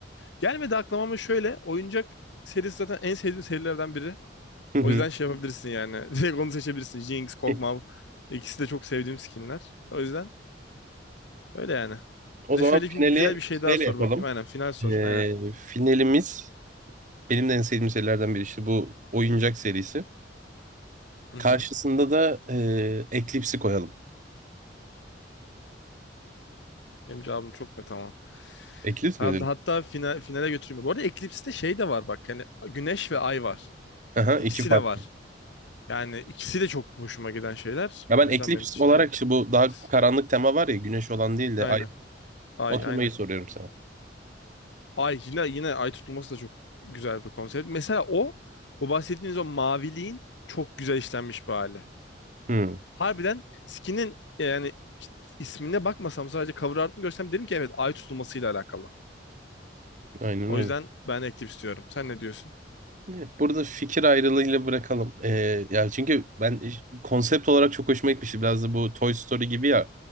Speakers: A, on the left; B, on the right.
A: Gelmedi aklıma ama şöyle. Oyuncak serisi zaten en sevdiğim serilerden biri.
B: Hı hı.
A: O yüzden şey yapabilirsin yani. <laughs> Direkt onu seçebilirsin. Jinx, Kog'Maw.
B: <laughs>
A: İkisi de çok sevdiğim skinler. O yüzden öyle yani.
B: O
A: Bir
B: zaman
A: de şöyle
B: finali
A: şimdi güzel bir şey daha
B: neyle
A: sor
B: yapalım?
A: bakayım. Aynen final sor.
B: Ee,
A: Aynen.
B: finalimiz benim de en sevdiğim serilerden biri işte bu oyuncak serisi.
A: Hı
B: Karşısında
A: hı.
B: da e, Eclipse'i koyalım.
A: Benim cevabım çok net ama.
B: Eclipse
A: Herhalde
B: mi diyor?
A: hatta final, finale götürüyor. Bu arada Eclipse'de şey de var bak. Yani güneş ve ay var.
B: Aha, iki
A: İkisi
B: farklı.
A: de var. Yani ikisi de çok hoşuma giden şeyler.
B: Ya ben
A: O yüzden
B: eklips
A: benim için
B: olarak
A: direkt
B: işte bu
A: Eclipse.
B: daha karanlık tema var ya güneş olan değil de
A: Aynen.
B: ay.
A: Ay
B: O temayı
A: aynen.
B: soruyorum sana.
A: Ay yine yine ay tutulması da çok güzel bir konsept. Mesela o o bahsettiğiniz o maviliğin çok güzel işlenmiş bir hali.
B: Hmm,
A: Harbiden skinin yani işte ismine bakmasam sadece cover art'ını görsem derim ki evet ay tutulmasıyla alakalı.
B: aynen
A: O
B: öyle.
A: yüzden ben Eclipse diyorum. Sen ne diyorsun?
B: Evet, burada fikir ayrılığıyla bırakalım. Ee, ya çünkü ben iş- konsept olarak çok hoşuma gitmişti. Biraz da bu Toy Story gibi ya.